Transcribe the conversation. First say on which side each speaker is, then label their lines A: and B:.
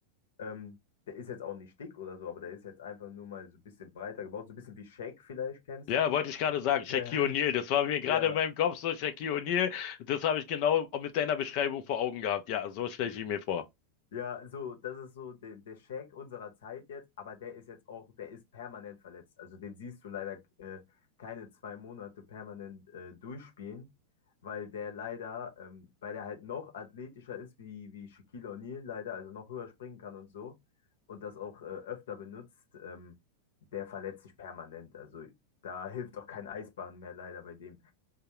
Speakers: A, on the left; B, on the left.
A: ähm, der ist jetzt auch nicht dick oder so, aber der ist jetzt einfach nur mal so ein bisschen breiter gebaut, so ein bisschen wie Shaq vielleicht kennst
B: Ja,
A: du.
B: wollte ich gerade sagen, Shaquille
A: <laughs>
B: O'Neal, das war mir
A: Ja,
B: gerade in meinem Kopf so, Shaquille O'Neal, das habe ich genau mit deiner Beschreibung vor Augen gehabt. Ja, so stelle
A: ja.
B: ich ihn mir vor.
A: Ja, so, das ist so der, der Shaq unserer Zeit jetzt, aber der ist jetzt auch, der ist permanent verletzt. Also den siehst du leider äh, keine zwei Monate permanent äh, durchspielen, weil der leider, ähm, weil der halt noch athletischer ist wie, wie Shaquille O'Neal leider, also noch höher springen kann und so und das auch äh, öfter benutzt, ähm, der verletzt sich permanent. Also da hilft auch kein Eisbahn mehr leider bei dem.